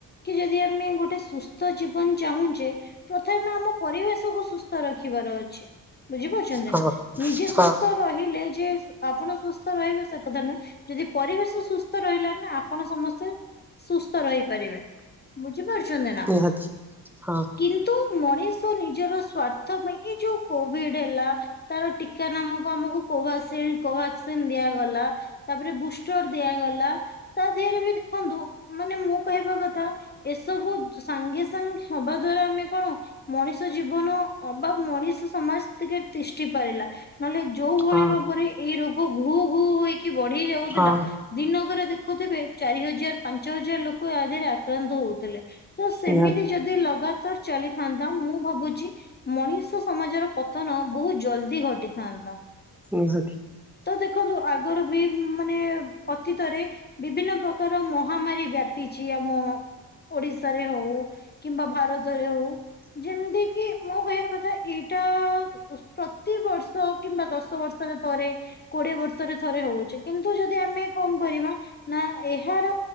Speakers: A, on the left; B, in the centre.
A: କି ଯଦି ଆମେ ଗୋଟେ ସୁସ୍ ସୁସ୍ଥ ଜୀବନ ଚାହୁଁଛେ ପ୍ରଥମେ ଆମ ପରିବେଶକୁ ସୁସ୍ଥ ସୁସ୍ଥ ରଖିବାର ଅଛି ବୁଝିପାରୁଛନ୍ତି
B: ହଁ
A: ନା ନିଜେ
B: ହଁ
A: ସୁସ୍ଥ ରହିଲେ ଯେ ଆପଣ ସୁସ୍ଥ ରହିବେ ସେ କଥା ନୁହେଁ ଯଦି ପରିବେଶ ସୁସ୍ଥ ରହିଲାନା ଆପଣ ସମସ୍ତେ ସୁସ୍ଥ ରହିପାରିବେ ବୁଝିପାରୁଛନ୍ତି ନା।
B: ନିହାତି ହଁ
A: କିନ୍ତୁ ମଣିଷ ନିଜର ସ୍ଵାର୍ଥ ପାଇଁ ଏ ଯୋଉ କୋଭିଡ଼ ହେଲା ତାର ଟୀକା ନାମକ ଆମକୁ କୋଭସିଡ୍ କୋଭାକ୍ସିନ୍ ଦିଆଗଲା। ତାପରେ ବୁଷ୍ଟର ଦିଆଗଲା ତା ଦେହରେ ବି ଦେଖନ୍ତୁ ମାନେ ମୁଁ କହିବା କଥା ଏସବୁ ସାଙ୍ଗେ ସାଙ୍ଗେ ହେବା ଦ୍ଵାରା ଆମେ କଣ ମଣିଷ ଜୀବନ ଅବା ମଣିଷ ସମାଜ ଟିକେ ତିଷ୍ଠି ପାରିଲା। ନହେଲେ ଯୋଉ ଭଳି
B: ହଁ
A: ଭାବରେ ଏଇ ରୋଗ ଘୁ ଘୁ ହେଇକି ବଢ଼ି ଯାଉଥିଲା
B: ହଁ
A: ଦିନକରେ ଦେଖ ହଉଥିବେ ଚାରି ହଜାର ପାଞ୍ଚ ହଜାର ଲୋକ ଆ ଦେହରେ ଆକ୍ରାନ୍ତ ହଉଥିଲେ। ତ ସେମିତି
B: ନିହାତି
A: ଯଦି ଲଗାତାର ଚାଲିଥାନ୍ତା ମୁଁ ଭାବୁଛି ମଣିଷ ସମାଜର ପତନ ବହୁତ ଜଲଦି ଘଟିଥାନ୍ତା।
B: ହଁ ସେଠି
A: ତ ଦେଖନ୍ତୁ ଆଗରୁ ବି ମାନେ ଅତିତରେ ବିଭିନ୍ନ ପ୍ରକାର ମହାମାରୀ ବ୍ୟାପିଛି ଆମ ଓଡ଼ିଶାରେ ହଉ କିମ୍ବା ଭାରତରେ ହଉ। ଯେମିତି କିି ମୋ କହିବା କଥା ଏଇଟା ପ୍ରତି ବର୍ଷ କିମ୍ବା ଦଶ ବର୍ଷରେ ଥରେ କୋଡ଼ିଏ ବର୍ଷରେ ଥରେ ହଉଛି। କିନ୍ତୁ ଯଦି ଆମେ କଣ କରିବା ନା ଏହାର